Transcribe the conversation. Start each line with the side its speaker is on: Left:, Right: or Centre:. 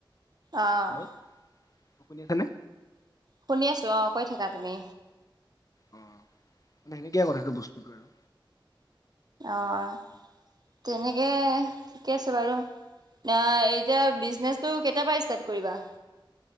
Right: অ'।
Left: হেল্ল', শুনিছে নে?
Right: শুনি আছো অ', কৈ থাকা তুমি।
Left: অঁ, মানে সেনেকে কথাটো বস্তুটো আৰু।
Right: অ' তেনেকে ঠিকে আছে বাৰু। আ এতিয়া বিচনেছটো কেইটাৰ পা ষ্টাৰ্ট কৰিবা?